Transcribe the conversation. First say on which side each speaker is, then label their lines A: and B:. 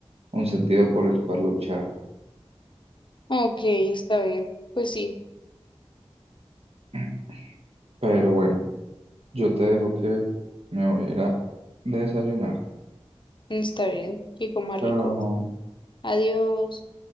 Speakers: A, on the right; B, on the left.
A: un sentido por el cual luchar.
B: Ok, está bien. Pues sí,
A: <clears throat> Pero bueno, yo te dejo que me voy a ir a desayunar.
B: está bien. Y coma
A: Chao.
B: rico. Adiós.